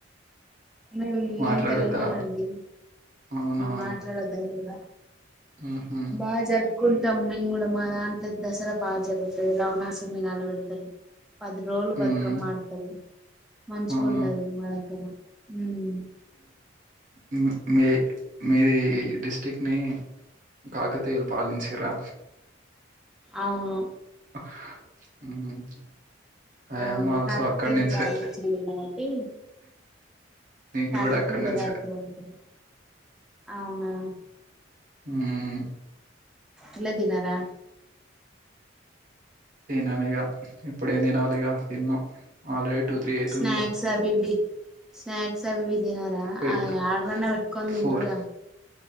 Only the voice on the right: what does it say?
మాట్లాడద్దా
అవునా
ఉహు
ఉమ్
అవును
ఉమ్ మీ మీది డిస్ట్రిక్ట్ ని కాకతీయులు పాలించిర్రా?
హా ఉమ్
ఐ ఆమ్ ఆల్సో
అక్కడ నుంచే
నేను
కూడా అక్కడి నుంచే
ఉమ్
తిననుగా ఇప్పుడేం తినాలిగా తిన్ను ఆల్రెడీ టూ త్రీ అయితుందిగా
పెడతా
ఫోర్